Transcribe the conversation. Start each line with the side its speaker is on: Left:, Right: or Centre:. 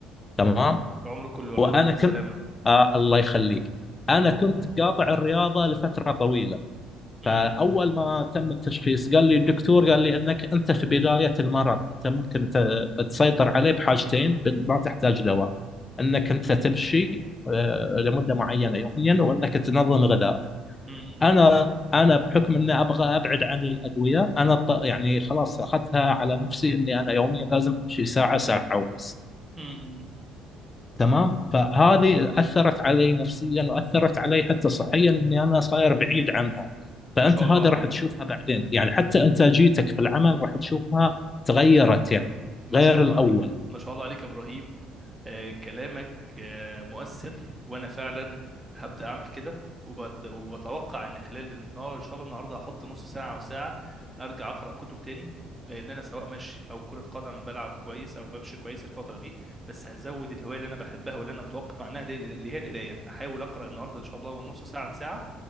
Left: تمام
Right: عمرك كله يا
Left: وانا
Right: رب الف
Left: كنت
Right: سلامه
Left: آه الله يخليك انا كنت قاطع الرياضه لفتره طويله
Right: م-
Left: فاول ما تم التشخيص قال لي الدكتور قال لي انك انت في بدايه المرض انت ممكن ت- تسيطر عليه بحاجتين ب- ما تحتاج دواء انك انت تمشي آه، لمده معينه يوميا وانك تنظم غذائك
Right: م-
Left: انا انا بحكم اني ابغى ابعد عن الادويه انا ط- يعني خلاص اخذتها على نفسي اني انا يوميا لازم امشي ساعه ساعه ونص
Right: م- م- م.
Left: تمام فهذه اثرت علي نفسيا واثرت علي حتى صحيا اني انا صاير بعيد عنها فانت
Right: ما شاء
Left: هذا
Right: الله عليك
Left: راح تشوفها بعدين يعني حتى انتاجيتك في العمل راح تشوفها تغيرت يعني
Right: ما
Left: غير
Right: شاء الله
Left: الاول
Right: عليك ما شاء الله عليك يا ابراهيم آه كلامك آه مؤثر وانا فعلا هبدا اعمل كده وبت... وبتوقع ان خلال النهار ان شاء الله النهارده هحط نص ساعه او ساعه ارجع اقرا كتب تاني لان انا سواء مشي او كره قدم بلعب كويس او بمشي كويس الفتره دي بس هزود الهوايه اللي انا بحبها واللي انا متوقف عنها اللي اللي هي القرايه احاول اقرا النهارده ان شاء الله من نص ساعه لساعه